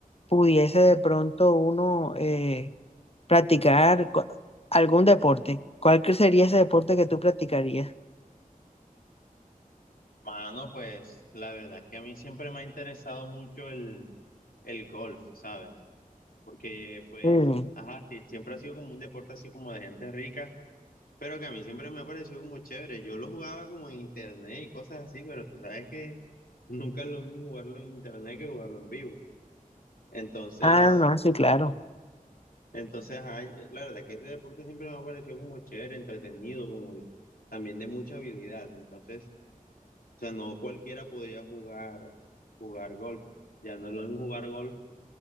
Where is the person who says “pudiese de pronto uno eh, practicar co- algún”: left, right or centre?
Left